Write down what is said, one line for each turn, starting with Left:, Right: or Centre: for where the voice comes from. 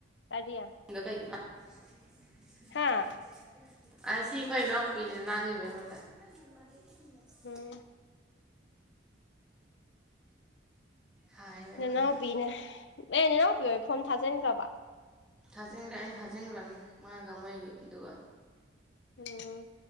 Left: ꯀꯔꯤ
Centre: <unintelligible> ꯗꯣ ꯀꯩꯒꯤꯅꯣ <unintelligible>
Left: ꯍꯥꯥ
Centre: <unintelligible> ꯑꯁꯤ ꯑꯈꯣꯏ ꯏꯅꯥꯎꯄꯤꯅꯦ ꯂꯥꯡꯉꯤꯕ ꯑꯩꯉꯣꯟꯗ <unintelligible>
Left: ꯑꯦ
Centre: ꯍꯥꯏꯕ ꯑꯩꯉꯣꯟꯗ
Left: ꯅꯅꯥꯎꯄꯤꯅꯦ ꯑꯦ ꯅꯅꯥꯎꯄꯤ ꯍꯣꯢ ꯐꯣꯝ ꯊꯥꯖꯤꯟꯒ꯭ꯔꯕ
Centre: ꯊꯥꯖꯤꯟꯒ꯭ꯔꯦ ꯑꯩꯅ ꯊꯥꯖꯤꯟꯒ꯭ꯔꯝꯅꯤ ꯃꯥꯒ ꯃꯣꯏꯒꯤ ꯗꯨꯒ
Left: ꯍꯨ